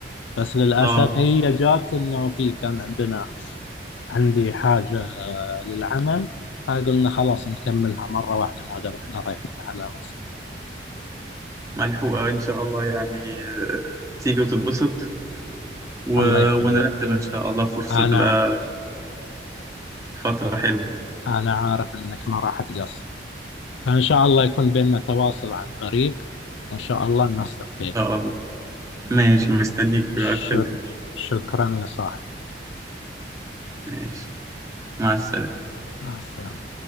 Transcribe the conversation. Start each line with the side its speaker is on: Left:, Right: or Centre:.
Left: بس للأسف
Right: اه
Left: هي جات إنه في كان عندنا عندي حاجة للعمل فقلنا خلاص نكملها مرة واحدة ما دام إحنا رايحين على مصر
Right: ملحوقه ان شاء الله يعني آه، تيجي وتتبسط و...
Left: الله يخليك
Right: ونرتب ان شاء الله فرصه
Left: أنا
Right: تبقى فتره حلوه كده
Left: أنا عارف إنك ما راح تقصر فإن شاء الله يكون بيننا تواصل عن قريب وإن شاء الله ننسق
Right: ان
Left: بيننا
Right: شاء الله ماشي مستنيك
Left: شك...
Right: بقى، اتكلم
Left: شكرا يا صاحبي
Right: ماشي مع السلامه
Left: مع السلامة